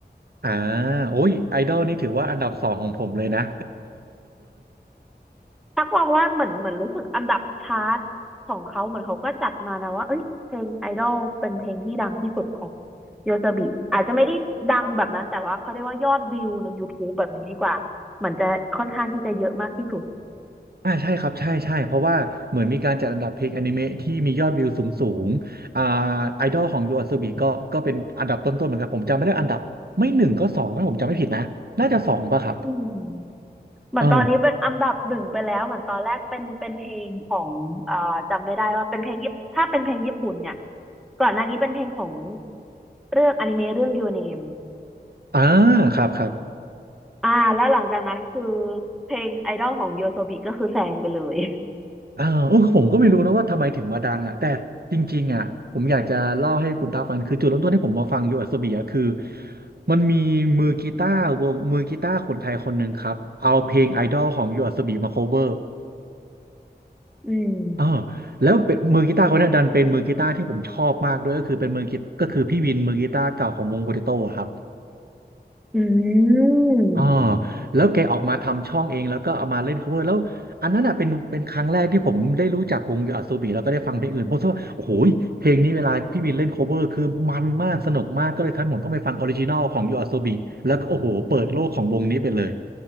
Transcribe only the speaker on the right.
อ่าโอ้ยไอดอลนี่ถือว่าอันดับสองของผมเลยนะ
<laughs> อ่าใช่ครับ ใช่ใช่เพราะว่าเหมือนมีการจัดอันดับเพลงอนิเมะที่มียอดวิวสูงสูงอ่าไอดอลของยูอาโซบิก็ก็เป็นอันดับต้นๆเหมือนกันผมจำไม่ได้อันดับไม่หนึ่งก็สองถ้าผมจำไม่ผิดนะน่าจะสองป่ะครับ
เออ
อ่าครับครับ
อ่าโอ้ผมก็ไม่รู้นะว่าทำไมถึงมาดังอ่ะแต่จริงๆอ่ะผมอยากจะเล่าให้คุณตาฟังคือจุดเริ่มต้นที่ผมมาฟังโยอาโซบียคือ มันมีมือกีตาร์วงมือกีตาร์คนไทยคนหนึ่งครับ เอาเพลงไอดอลของโยอาโซบยมาโคเวอร์
อ่าแล้วเป็นมือกีตาร์คนนั้นดันเป็นมือกีตาร์ที่ผมชอบมากด้วยก็คือเป็นมือกีก็คือพี่วินมือกีตาร์เก่าของวงโปเตโต้ครับ
อ่าแล้วแกออกมาทำช่องเองแล้วก็เอามาเล่น cover แล้วอันนั้นอ่ะเป็นเป็นครั้งแรกที่ผมได้รู้จักวงอ s โ b บิแล้วก็ได้ฟังเพลงอื่นผมคิดว่าโอ้โหเพลงนี้เวลาพี่บินเล่น cover คือมันมากสนุกมากก็เลยทันผมต้องไปฟังออริจินอลของยูอาโซบิแล้วก็โอ้โหเปิดโลกของวงนี้ไปเลย